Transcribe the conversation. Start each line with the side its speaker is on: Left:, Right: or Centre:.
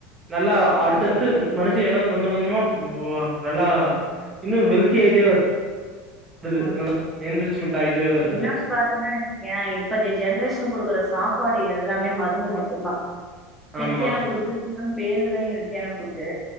Right: நல்லா அடுத்தடுத்து மனுஷ எனம் கொஞ்சம் கொஞ்சமா புவா நல்லா
Centre: ம்
Right: இன்னு
Centre: ம்ஹும்
Right: வெல்த்தி ஆயிட்டே வரு வருது
Centre: ம்
Right: நல்லா என்ரிச்மெண்ட் ஆயிட்டு வருது
Centre: இன்னொன்னு பாத்தன்னா வச்சக்கிய இப்பேத்திய ஜென்ரேஷன் குடுக்குற சாப்பாடு எல்லாமே மருந்து மட்டுந்தா ஹெல்த்தியான
Right: ஆமா
Centre: ஃபுட்டுன்னா பேரு தா ஹெல்த்தியான ஃபுட்டு